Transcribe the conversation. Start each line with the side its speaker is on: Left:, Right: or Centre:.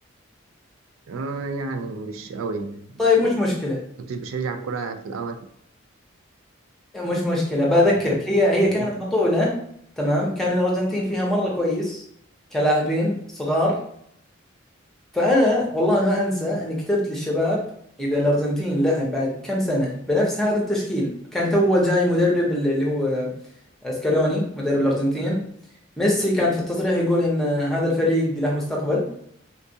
Right: اه يعني مش قوي
Centre: طيب مش مشكله
Right: كنتش بشجع الكرة في الأول
Centre: مش مشكله بذكرك
Right: مم.
Centre: هي هي
Right: إيه.
Centre: كانت بطوله تمام كان الارجنتين فيها مره كويس كلاعبين صغار فانا والله ما انسى اني كتبت للشباب اذا الارجنتين لعب بعد كم سنه بنفس هذا التشكيل كان تو جاي مدرب اللي هو سكالوني مدرب الأرجنتين ميسي كان في التصريح يقول إن هذا الفريق له مستقبل